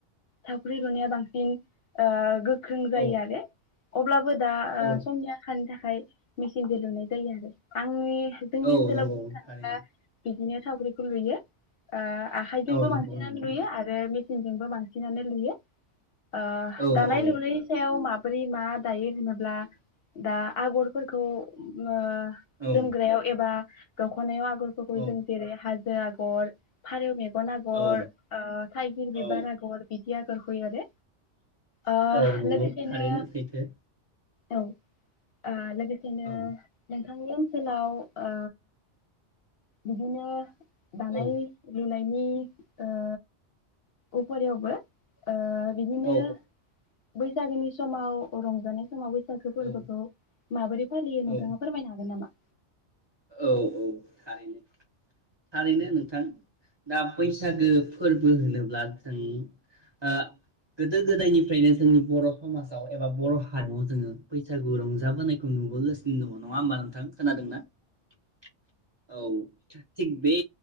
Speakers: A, on the left (about 60°); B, on the right (about 25°).
A: थावख्रि लुनाया बांसिन ओ गो ख्रों जायो
B: औ
A: आरो अब्लाबो दा ओ
B: औ
A: समनि आंखालनि थाखाय मेचिनजों लुनाय जायो आरो आंनि जोंनि
B: औ
A: ओनसोलाव
B: नंगौ
A: बुंनो थाङोब्ला
B: थारैनो
A: बिदिनो थावख्रिखौ लुयो ओ आखायजोंबो
B: औ नंगौ
A: बांसिनानो
B: नंगौ
A: लुयो आरो सिनजोंबो बांसिनानो लुयो। ओ
B: औ
A: दानाय
B: औ
A: लुनायनि सायाव माब बोरै मा दायो होनोब्ला दा आगरफोरखौ मो
B: औ
A: जोमग्रायाव एबा दख'नायाव फोरखौबो
B: औ
A: जों हाजो आगर फारौ मेग गन आगर
B: औ
A: ओ थाइगिर बिबार
B: औ
A: आगर बि दि आगरखौ एरो। ओ
B: औ नंगौ
A: लोगोसेनो
B: थारैनो सैथो।
A: औ ओ लो गोसेनो
B: औ
A: नोंथांनि ओनसोलाव ओ बिदिनो दानायाय
B: औ
A: लुनाय बिनि ओ उपुरियावबो ओ बिदिनो
B: औ
A: बैसागोनि समाव रंजानाय समाव बै सागो फोरबोखौ
B: औ
A: माबोरै फालियो नोंथाङा
B: औ
A: फोरमायनो हागोन नामा?
B: औ औ थारैनो-थारैनो नोंथां दा बैसागो फोरबो होनोब्ला जों ओ गोदो-गोदायनिफ्रायनो जोंनि बर' समाजाव एबा बर' हारिमुआव जोंङो बैसागु रंजाबोनायखौ नुबोगासिनो दंङ नङा होमबा नोंथां खोनादोंना। औ थिग बे